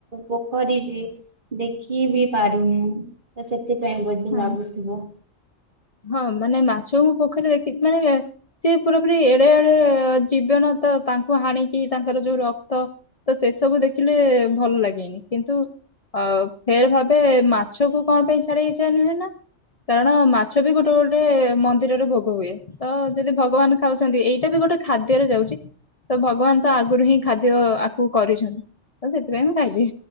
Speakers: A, on the right; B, on the left.
A: ପୋଖରୀରେ ଦେଖି ବି ପାରୁନୁ, ତ ସେଥିପାଇଁ ବୋଧେ
B: ହଁ
A: ଲାଗୁଥିବ।
B: ହଁ, ମାନେ ମାଛ ମୁଁ ପୋଖରୀରେ ଦେଖିଚି ମାନେ ସେ ପୁରା ପୁରି ଏଡେ ଏଡେ ଜୀବନ ତ ତାଙ୍କୁ ହାଣିକି, ତାଙ୍କର ଯୋଉ ରକ୍ତ ତ ସେସବୁ ଦେଖିଲେ ଭଲ ଲାଗେଇନି। କିନ୍ତୁ ଅ ଫେର ଭାବେ ମାଛକୁ କଣ ପାଇଁ ଛାଡି ହେଇଯାଏ ନୁହେଁ ନା, କାରଣ ମା ଛ ବି ଗୋଟେ ଗୋଟେ ମନ୍ଦିରରେ ଭୋଗ ହୁଏ। ତ ଯଦି ଭଗବାନ ଖାଉଛନ୍ତି, ଏଇଟା ବି ଗୋଟେ ଖାଦ୍ୟରେ ଯାଉଛି। ତ ଭଗବାନ ତ ଆଗରୁ ହିଁ ଖାଦ୍ୟ ଆକୁ କରିଛନ୍ତି, ତ ସେଥିପାଇଁ ମୁଁ ଖାଇଦିଏ।